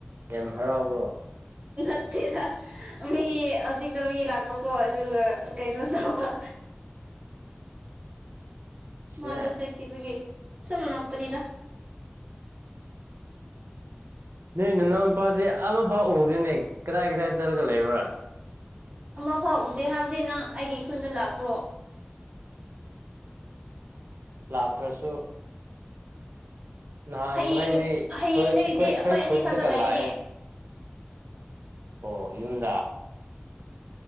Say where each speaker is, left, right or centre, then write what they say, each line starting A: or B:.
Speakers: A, on the right (about 75°); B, on the right (about 30°).
A: ꯌꯥꯝ ꯍꯔꯥꯎꯕ꯭ꯔꯣ
B: ꯇꯦꯗ ꯃꯤ ꯍꯧꯖꯤꯛꯇꯣ ꯃꯤ ꯂꯥꯛꯄꯀꯣ ꯑꯗꯨꯒ ꯀꯩꯅꯣ ꯇꯧꯕ
A: ꯁꯦ
B: ꯃꯥꯗꯣ ꯆꯠꯈꯤꯕꯒꯤ ꯁꯨꯝ ꯅꯣꯛꯄꯅꯤꯗ
A: ꯅꯣꯏ ꯅꯅꯥꯎ ꯅꯨꯄꯥꯗꯤ ꯑꯃꯐꯥꯎ ꯎꯗꯦꯅꯦ ꯀꯗꯥꯏ ꯀꯗꯥꯏ ꯆꯠꯂꯒ ꯂꯩꯕ꯭ꯔꯥ
B: ꯑꯃꯐꯥꯎ ꯎꯗꯦ ꯍꯥꯏꯕꯗꯤ ꯅꯪ ꯑꯩꯒꯤ ꯈꯨꯟꯗ ꯂꯥꯛꯄ꯭ꯔꯣ
A: ꯂꯥꯛꯇ꯭ꯔꯁꯨ ꯅꯍꯥꯟꯃꯈꯩꯗꯤ
B: ꯍꯌꯦꯡ
A: ꯑꯩꯈꯣꯏ
B: ꯍꯌꯦꯡꯗꯒꯤꯗꯤ
A: ꯑꯩꯈꯣꯏ ꯑꯩꯈꯣꯏ
B: ꯑꯅꯤ
A: ꯈꯨꯟꯗꯀ
B: ꯈꯛꯇ ꯂꯩꯒꯅꯤ
A: ꯂꯥꯛꯑꯦ ꯑꯣ ꯌꯨꯝꯗ